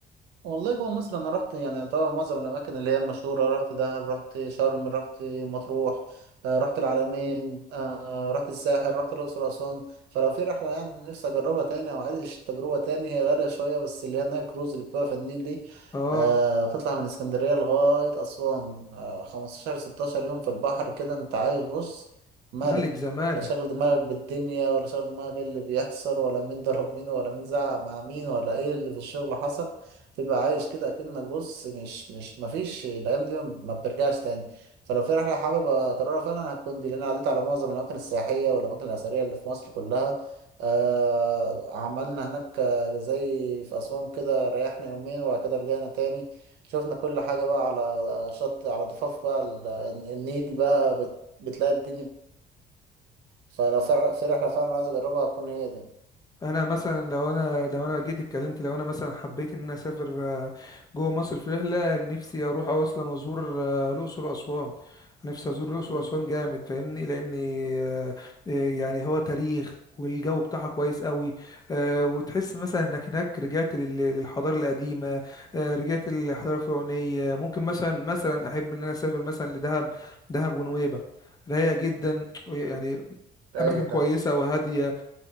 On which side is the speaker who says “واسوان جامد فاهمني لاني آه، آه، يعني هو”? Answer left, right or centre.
Left